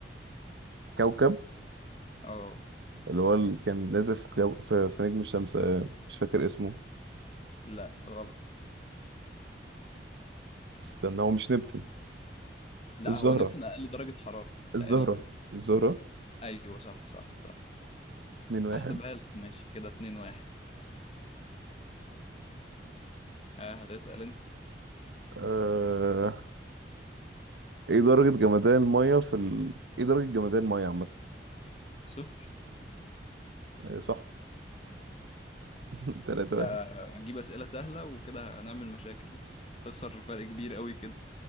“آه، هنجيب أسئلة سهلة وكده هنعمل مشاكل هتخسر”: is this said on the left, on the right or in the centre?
Left